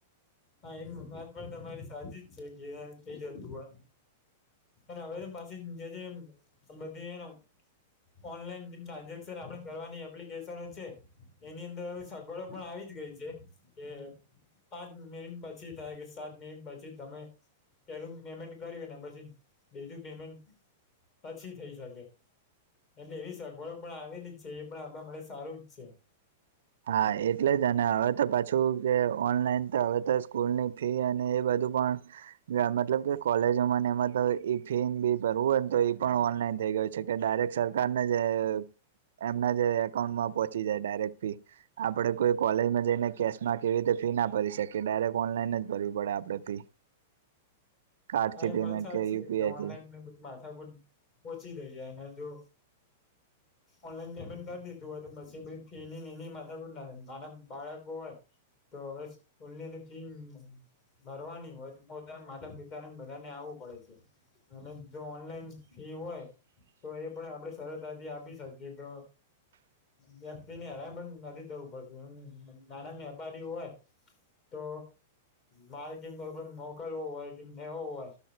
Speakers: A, on the left; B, on the right.
A: હા એમ વાત પણ તમારી સાચી જ છે, કે થઈ જતું હોય. એ પછી જે જે બંધી ઓનલાઈન જે ટ્રાન્ઝેક્શન આપણે કરવાની એપ્લિકેશનો છે, એની અંદર સગવડો પણ આવી જ ગઈ છે, કે પાંચ મિનિટ પછી થાય કે સાત મિનિટ પછી તમે, પેલું પેમેન્ટ કર્યું ને પછી બીજું પેમેન્ટ પછી થઈ શકે, એટલે એવી સગવડો પણ આવેલી જ છે, એ પણ આપવા માટે સારું જ છે.
B: હા એટલે જ અને હવે તો પાછું કે ઓનલાઈન તો હવે તો સ્કૂલની ફી અને એ બધું પણ, મતલબ કે કોલેજોમાંને એમાં તો ફી ભી ભરવું હોય ને તો એ પણ ઓનલાઈન થઈ ગયું છે, કે ડાયરેક્ટ સરકારને જે એમના જે એકાઉન્ટમાં પહોંચી જાય ડાયરેક્ટ ફી, આપણે કોઈ કોલેજમાં જઈને કેશમાં કેવી રીતે ફી ના ભરી શકીએ ડાયરેક્ટ ઓનલાઈન જ ભરવી પડે આપણે ફી, <inaudible>
A: હા
B: પેમેન્ટ
A: એત સાચી
B: યુપીઆઈ
A: હે કે ઓનલાઈની
B: થી
A: માથાકુટ પહોંચી દઈ જાય જો,
B: <inaudible>
A: ઓનલાઈન પેમેન્ટ કરી દીધું હોય તો પછી ફી ની એની માથાના નાના બાળકો હોય, તો હવે સ્કૂલનીની ફી ભરવાની હોય વધારે માધ બધાને આવવું પડે છે અને જો ઓનલાઈન ફી હોય, તો એ પણ આપડે સરળતાથી આપી શકીએ તો વ્યક્તિને હેરાન પણ નથી જવું પડતું એમ નાના વેપારી હોય, તો માર્કિંગ પણ મોકલવો હોય કે નવો હોય